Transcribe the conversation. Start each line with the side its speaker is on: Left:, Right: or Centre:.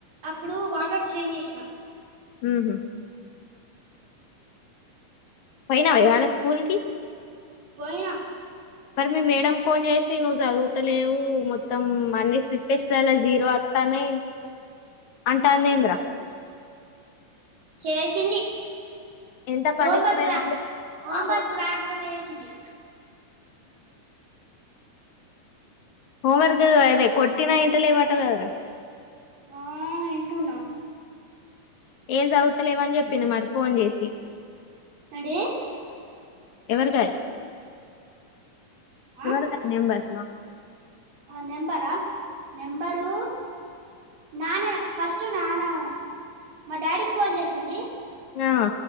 Right: అప్పుడు వాటర్ చేంజ్ చేసినా
Left: హు పోయినావా ఇవాళ్ళ స్కూల్ కి
Right: పోయినా
Left: మరి మీ మేడం ఫోన్ చేసి నువ్వు చదువుతలేవు మొత్తం అన్ని స్లిప్ టెస్ట్ లల్లా జీరో ఓత్తనై అంటాది ఏంది రా
Right: చేసింది
Left: ఎంత
Right: హోంవర్క్
Left: పనిష్మెంట్లు
Right: రా హోంవర్క్
Left: ఆ
Right: రాకపోతే చేసింది
Left: హోమ్ వర్క్ అదే కొట్టిన ఇంటలేవు అటగదరా
Right: ఆ ఏంటున్నా
Left: ఏం చదువుతలేవని చెప్పింది మరి ఫోన్ చేసి
Right: ఏంటిది
Left: ఎవరి కాది
Right: ఆ
Left: ఎవరికి అది నెంబర్
Right: ఆ నెంబరా నెంబరు నాన్న ఫస్ట్ నాన్న మా డాడీకి ఫోన్ చేసింది
Left: ఆ